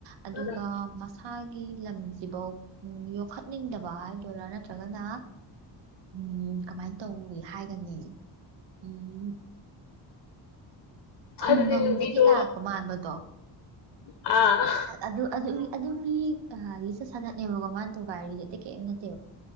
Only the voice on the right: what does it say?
ꯑꯗꯨꯒ
ꯏꯁꯁꯥꯒꯤ ꯂꯝꯁꯤꯐꯧ ꯌꯣꯛꯈꯠꯅꯤꯡꯗꯕ ꯍꯥꯏꯗꯣꯏꯔꯥ ꯅꯠꯇ꯭ꯔꯒꯅ ꯎꯝ ꯀꯃꯥꯏꯅ ꯇꯧꯋꯏ ꯍꯥꯏꯒꯅꯤ ꯎꯝ ꯈꯨꯡꯒꯪꯗꯒꯤ
ꯂꯥꯛꯄ ꯃꯥꯟꯕꯗꯣ
ꯑꯗꯨ ꯑꯗꯨꯒꯤ ꯑꯗꯨꯒꯤ ꯂꯤꯆꯠ ꯁꯥꯖꯠꯅꯦꯕꯀꯣ ꯋꯥꯟ ꯊ ꯀꯥꯏꯔꯤ ꯀ ꯅꯠꯇ